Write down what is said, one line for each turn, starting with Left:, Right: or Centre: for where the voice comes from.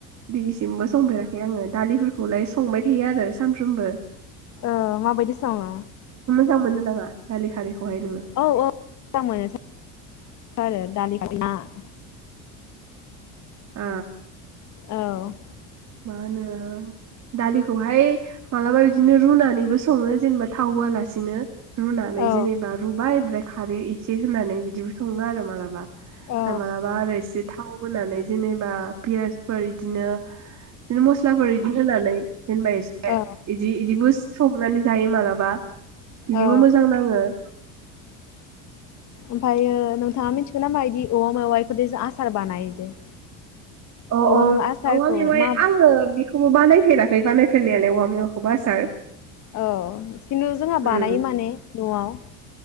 Right: दिनिसिमबो संफेराखै आङो दालिफोरखौलाय संबाय थायो आरो सानफ्रोमबो।
Left: ओ माबायदि सङो?
Right: जां मोनो नामा? दालि खारिखौहाय नोङो।
Left: औ औ मोजां मोनो आरो दालि <unintelligible>
Right: अ
Left: औ
Right: मा होनो दालिखौहाय मालाबा बिदिनो रुनानैबो सङो जेनेबा थाव होआलासिनो। रुनानै
Left: औ
Right: जेनेबा रुबाय ओमफ्राय खारै इसे होनानै बिदिबो सङो आरो मालाबा। मालाबा
Left: औ
Right: आरो एसे थाव होनानै जेनेबा पियासफोर इदिनो बिदिनो मस्लाफोर इदि होनानै दोनबाय एसे
Left: औ
Right: इदि-इदिबो सं माने जायो मालाबा। बिदिबो
Left: औ
Right: मोजां नाङो ओ।
Left: ओमफ्राययो नोंथाङा मिथिगो नामा इदि औवा मेवाइखौदि आसार बानायो दे।
Right: अ
Left: औवा
Right: अ
Left: मा आसारखौ
Right: औवा मेवाइ
Left: मा
Right: आङो बेखौबो बानायफेराखै बानायफ फेरनायालाय औवा मेवाखोबो आसार
Left: औ खिन्थु जोंहा बानायो
Right: उम
Left: माने न'आव